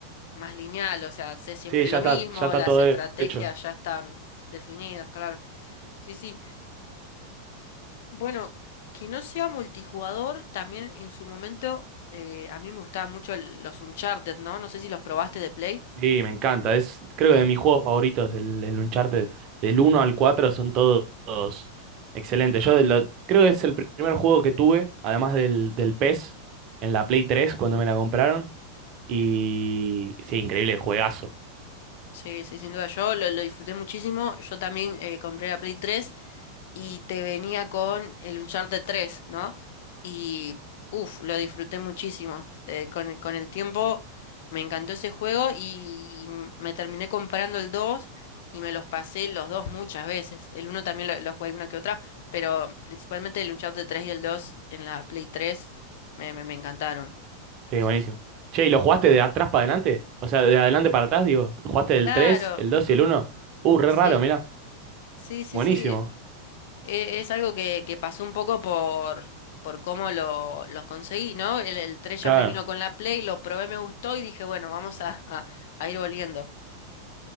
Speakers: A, on the left (about 55°); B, on the right (about 35°).
A: más lineal, o sea, sé siempre
B: Sí, ya
A: lo
B: está,
A: mismo,
B: ya está
A: las
B: todo
A: estrategias
B: hecho.
A: ya están definidas, claro. Sí, sí. Bueno, que no sea multijugador, también en su momento eh, a mí me gustaban mucho el- los Uncharted, ¿no? No sé si los probaste de Play.
B: Sí, me encanta. Es, creo que de mis juegos favoritos, el, el Uncharted, del uno al 4 son todos, todos excelentes. Yo de la- creo que es el primer juego que tuve, además del, del PES, en la Play tres cuando me la compraron. Y sí, increíble juegazo.
A: Sí, sí, sin duda yo lo, lo disfruté muchísimo. Yo también eh, compré la Play 3. y te venía con el Uncharted 3, ¿no? Y uff, lo disfruté muchísimo. Eh, con el, con el tiempo me encantó ese juego y m- me terminé comprando el 2 y me los pasé los dos muchas veces. El uno también lo, lo jugué una que otra, pero principalmente el Uncharted 3 y el 2 en la Play 3 me, me, me encantaron.
B: Sí,
A: Sí,
B: buenísimo.
A: sí.
B: Che, ¿y lo jugaste de atrás para adelante? O sea, de adelante para atrás, digo. ¿Lo ¿Jugaste del
A: Claro,
B: 3, el 2 y el uno. Uh, re
A: sí.
B: raro, mirá.
A: Sí, sí,
B: Buenísimo.
A: sí. E- Es algo que, que pasó un poco por, por cómo lo, los conseguí, ¿no? El, el 3
B: Claro.
A: ya me vino con la Play, lo probé, me gustó y dije, bueno, vamos a, a- a ir volviendo.